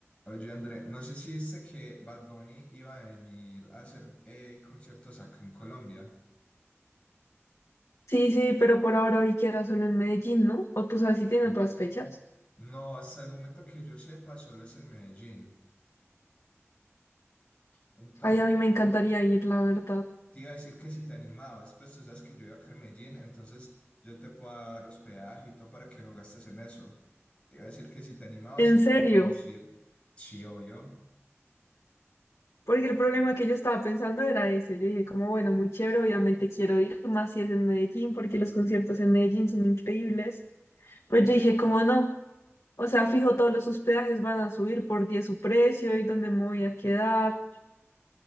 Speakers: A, on the left (about 25°); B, on the left (about 80°).
A: Oye, André, no sé si viste que Bad Bunny iba a venir a hacer eh, conciertos acá en Colombia.
B: Sí, sí, pero por ahora vi que era solo en Medellín, ¿no? O tú sabes si tiene
A: Sí.
B: otras fechas.
A: No, hasta el momento que yo sepa, solo es en Medellín. Entonces,
B: Ay, a mí me encantaría ir, la verdad.
A: te iba a decir que si te animabas, pues tú sabes que yo vivo acá en Medellín, entonces yo te puedo dar hospedaje y todo para que no gastes en eso. Te iba a decir que si te animabas,
B: En
A: y podemos
B: serio,
A: ir. Sí, obvio.
B: porque el problema que yo estaba pensando era ese. Yo dije, como bueno, muy chévere, obviamente quiero ir, más si es en Medellín, porque los conciertos en Medellín son increíbles. Pues yo dije, como no? O sea, fijo, todos los hospedajes van a subir por 10 su precio y dónde me voy a quedar.